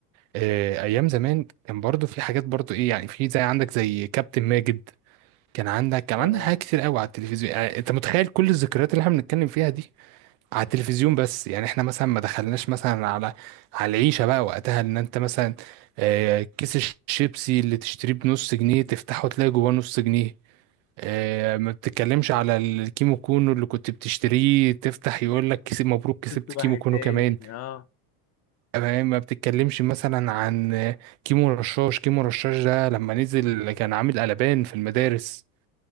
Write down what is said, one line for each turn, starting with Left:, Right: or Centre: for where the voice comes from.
Right: آه، ايام زمان كان برضو في حاجات برضو ايه يعني في زي عندك زي كابتن ماجد كان عندك كان
Left: اه
Right: عندك حاجات كتير قوي على التلفزيون يعني انت متخيل كل الذكريات اللي احنا بنتكلم فيها دي على التلفزيون بس يعني احنا مثلا ما دخلناش مثلا على على العيشه بقى وقتها ان انت مثلا آه، كيس الشيبسي اللي تشتريه بنص جنيه تفتحه تلاقي جواه نص جنيه آه، ما بتتكلمش على الكيمو كونو اللي كنت بتشتريه تفتح يقول لك كسب مبروك كسبت
Left: شفت واحد
Right: كيمو كونو
Left: تاني
Right: كمان
Left: اه
Right: آه، ما بتتكلمش مثلا عن آه، كيمو رشاش كيمو رشاش ده لما نزل كان عامل قلبان في المدارس